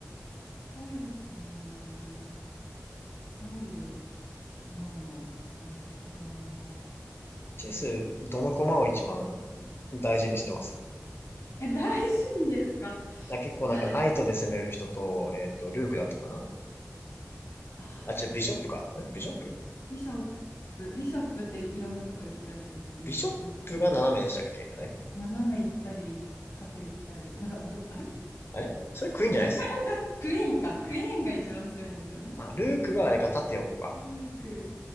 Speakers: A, on the left (about 75°); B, on the left (about 45°).
A: すごいですよね。どういう脳の働き方なのか。
B: チェス、どの駒を一番大事にしてます
A: え、大事にですか
B: なんか結構なんかナイトで攻める人と、
A: だ、
B: えっと、ルークだったかな
A: あ
B: あ、違う、ビショップか。
A: ー
B: えビショップ
A: ビショップ、ビショップっていろんなとこ行くやつですよね。
B: ビショップが斜めでしたっけあれ
A: 斜め行ったり。斜め行ったり、縦行ったり。なんかど、あれ
B: あれそれクイーンじゃないです
A: あれ <laughs> クイーンか。クイーンが一番強いんですよね。
B: あ、ルークがあれか、縦横か。
A: ルーク。